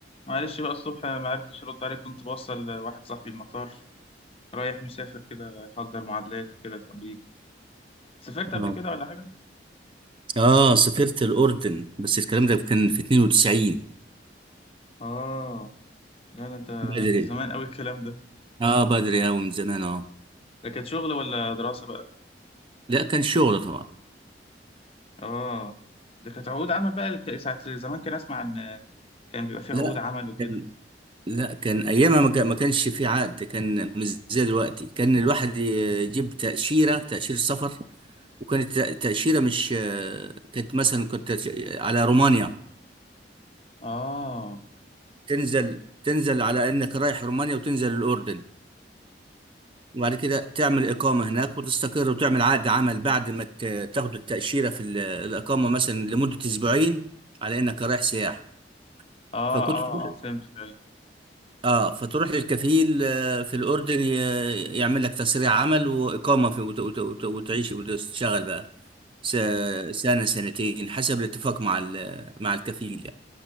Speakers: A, on the left; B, on the right.
A: معلش بقى الصبح ما عرفتش ارد عليك كنت بوصل واحد صاحبي المطار رايح مسافر كده يحضر معادلات وكده في امريكا سافرت قبل
B: اه
A: كده ولا حاجه
B: اه سافرت الاردن بس الكلام ده كان في 92
A: اه لا ده انت
B: بدري
A: زمان قوي الكلام ده
B: اه بدري اوي من زمان اه
A: ده كانت شغل ولا دراسه بقى
B: لا كان شغل طبعا
A: اه ده كانت عقود عمل بقى الك- ساعه زمان كان اسمع ان كان بيبقى فيه
B: لا
A: عقود عمل وكده
B: كان لا كان ايامها ما كان- ما كانش في عقد كان مش زي دلوقتي كان الواحد يجيب تاشيره تاشيره سفر وكانت تأ- تاشيره مش آه، كانت مثلا كنت على رومانيا
A: اه
B: فتنزل تنزل على انك رايح رومانيا وتنزل الاردن وبعد كده تعمل إقامة هناك وتستقر وتعمل عقد عمل بعد ما ت- تاخد التأشيرة في ال- الإقامة مثلا لمدة أسبوعين على إنك رايح سياحة
A: اه
B: فكنت
A: اه
B: تروح
A: اه فهمتك ايوه
B: آه فتروح للكفيل آه، في الأردن ي- يعمل لك تسريع عمل وإقامة في وت- وت- وت- وتعيش وتشتغل بقى س- سنة سنتين حسب الاتفاق مع ال- مع الكفيل يعني